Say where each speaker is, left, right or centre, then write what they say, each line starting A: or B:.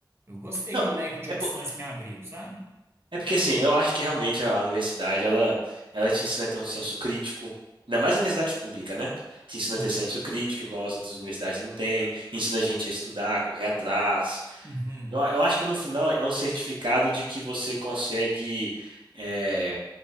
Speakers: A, on the right; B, on the right.
A: Eu gostei
B: Não,
A: do leque de
B: é
A: opções
B: por...
A: que me abriu, sabe?
B: É porque assim, eu acho que realmente a universidade, ela, ela te ensina a ter um senso crítico, ainda mais na universidade pública, né? Te
A: Sim.
B: ensina a ter senso crítico, igual as outras universidades não têm, ensina a gente a estudar, a correr atrás.
A: Uhum.
B: Eu, eu acho que no final é um certificado de que você consegue, é,